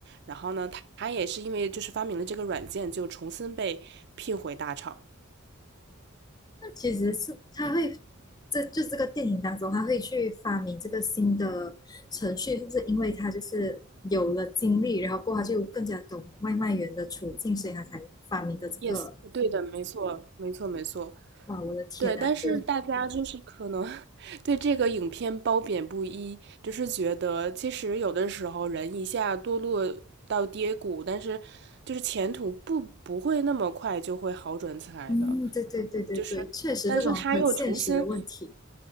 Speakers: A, on the right; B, on the left.
A: 然后呢，他他也是因为就是发明了这个软件，就重新被聘回大厂。
B: 那其实是他会，这就这个电影当中，他会去发明这个新的程序，是不是因为他就是有了经历，然后过后他就更加懂外卖员的处境，所以他才发明的这个。
A: Yes，对的，没错，没错，没错。
B: 哇，我的天啊，
A: 对，但是大家就是可能
B: 就
A: <laughs> 对这个影片褒贬不一，就是觉得其实有的时候人一下堕落到跌谷，但是就是前途不不会那么快就会好转起来的，
B: 嗯，对对对对对，
A: 就是，
B: 确实这种很现实的问题，
A: 但是他又重新